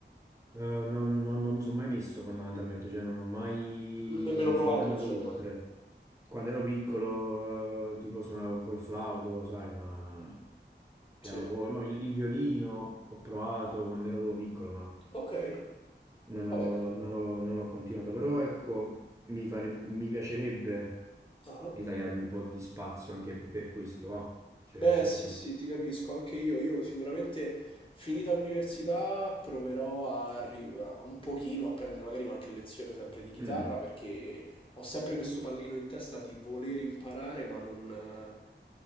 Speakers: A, on the right; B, on the left.
A: Eh, non, non- non mi sono mai messo fondamentalmente, cioè non ho mai,
B: nemmeno
A: non
B: No, provato,
A: sono mai andato
B: insomma.
A: oltre. Quando ero piccolo, eh, tipo suonavo un po' il flauto, sai, ma pianoforte,
B: Sì.
A: no, il, il violino ho provato quando ero piccolo, ma
B: Ok,
A: non ho,
B: vabbè.
A: non ho- non ho continuato. Però ecco, mi fare- mi piacerebbe
B: Ah.
A: ritagliarmi un po' di spazio anche per, per questo, va. Cioè,
B: Beh,
A: nel senso,
B: sì, sì, ti capisco, anche io. Io sicuramente finita l'università proverò a, ri- a- un pochino a prendere magari qualche lezione sempre di chitarra
A: mm.
B: perché ho sempre questo pallino in testa di voler imparare, ma non,